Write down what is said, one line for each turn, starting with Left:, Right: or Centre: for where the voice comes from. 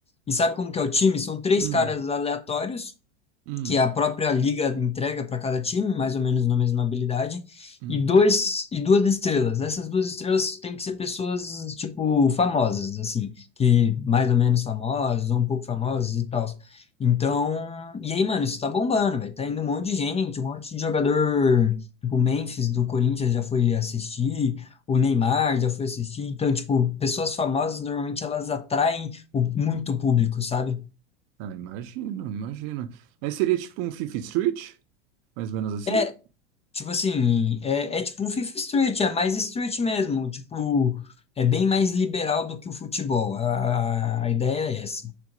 Left: E sabe como que é o time? São três
Right: hum,
Left: caras aleatórios,
Right: hum,
Left: que a própria liga entrega para cada time, mais ou menos na mesma habilidade,
Right: hum.
Left: e dois e duas estrelas. Essas duas estrelas têm que ser pessoas tipo famosas, assim, que mais ou menos famosas, ou um pouco famosas e tal. Então, e aí, mano, isso tá bombando, velho. Tá indo um monte de gente, um monte de jogador, tipo, o Memphis do Corinthians já foi assistir, o Neymar já foi assistir. Então, tipo, pessoas famosas normalmente elas atraem o, muito público, sabe?
Right: Ah, imagino, imagino. Mas seria tipo um Fifa Street? Mais ou menos assim?
Left: É, Tipo assim, é, é tipo um Fifth Street, é mais street mesmo. Tipo, é bem mais liberal do que o futebol. A, a a ideia é essa.